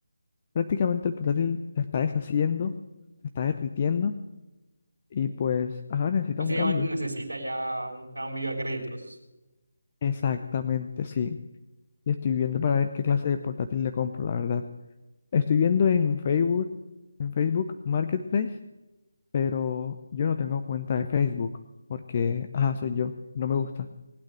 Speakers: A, on the left (about 35°); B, on the right (about 80°).
A: Prácticamente el portátil se está deshaciendo, se está derritiendo y pues, ajá, necesita
B: Básicamente
A: un cambio.
B: necesita ya un cambio a créditos.
A: Exactamente, sí. y estoy viendo para ver qué clase de portátil le compro, la verdad. Estoy viendo en Facebook, en Facebook Marketplace, pero yo no tengo cuenta de Facebook porque, ajá, soy yo, no me gusta.